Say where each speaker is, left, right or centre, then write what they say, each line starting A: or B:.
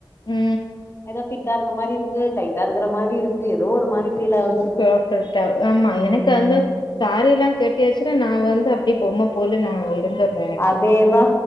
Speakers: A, on the left; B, on the left.
A: ம்
B: ஏதோ ஃபிட்டா இருக்க மாரி இருக்கு டைட்டா இருக்குற மாரி இருக்கு ஏதோ ஒரு மாரி ஃபீல் ஆகுது
A: <unintelligible> ஆமா
B: ம்
A: எனக்கு அந்த சாரியெல்லா கெட்டியாச்சுன்னா நா வந்து அப்டியே பொம்ம போல நா இருந்து வே எனக்கு
B: அதேதா